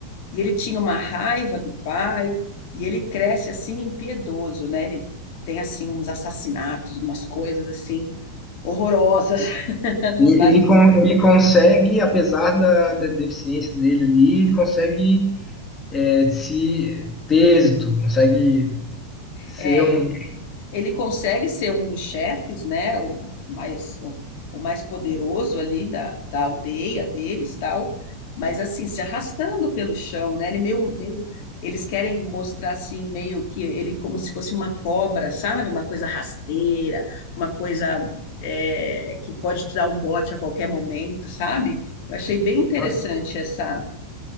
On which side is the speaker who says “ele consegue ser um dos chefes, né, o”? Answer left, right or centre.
Left